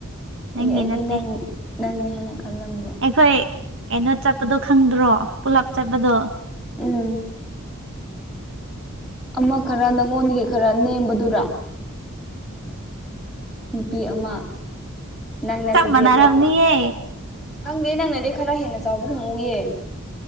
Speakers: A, on the right; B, in the centre.
A: ꯅꯪꯒꯤ
B: ꯑꯦ ꯑꯩꯗꯤ
A: ꯅꯠꯇꯦ
B: ꯅꯪ ꯅꯪꯅꯦ ꯍꯥꯏꯟꯅ ꯈꯜꯂꯝꯕꯣ
A: ꯑꯩꯈꯣꯏ ꯀꯩꯅꯣ ꯆꯠꯄꯗꯣ ꯈꯪꯗ꯭ꯔꯣ ꯄꯨꯂꯞ ꯆꯠꯄꯗꯣ
B: ꯎꯝ ꯑꯃ ꯈꯔ ꯅꯪꯉꯣꯟꯗꯒꯤ ꯈꯔ ꯅꯦꯝꯕꯗꯨꯔ ꯅꯨꯄꯤ ꯑꯃ ꯅꯪ ꯅꯠꯇꯕꯤ
A: ꯆꯞ ꯃꯥꯟꯅꯔꯝꯅꯤꯌꯦ
B: ꯑꯇꯣꯞꯄ ꯍꯪꯒꯦ ꯅꯪꯅꯗꯤ ꯈꯔ ꯍꯦꯟꯅ ꯆꯥꯎꯕꯒꯨꯝꯃꯎꯌꯦ